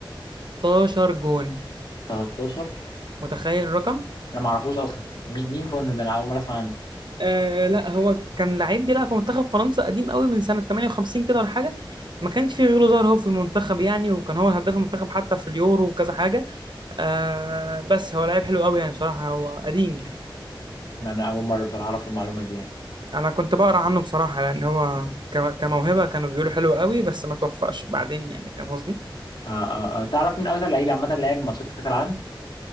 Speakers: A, on the right; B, on the left.
A: 13 جون
B: 13
A: متخيل الرقم
B: أنا ما أعرفوش أصلا مين مين فون ده أنا أول مرة أسمع عنه
A: آه لا هو كان لعيب بيلعب في منتخب فرنسا قديم قوي من سنة 58 كده ولا حاجة ما كانش فيه غيره ظاهر هو في المنتخب يعني وكان هو هداف المنتخب حتى في اليورو وكذا حاجة آه بس هو لعيب حلو قوي يعني بصراحة هو قديم يعني
B: ما أنا أول مرة بصراحة أعرف المعلومة دي يعني
A: أنا كنت بقرأ عنه بصراحة لأن هو ك- كموهبة كانوا بيقولوا حلو قوي بس ما توفقش بعدين يعني فاهم قصدي
B: آه آه آه. تعرف مين أكتر لعيب عامة لعب ماتشات في كأس العالم؟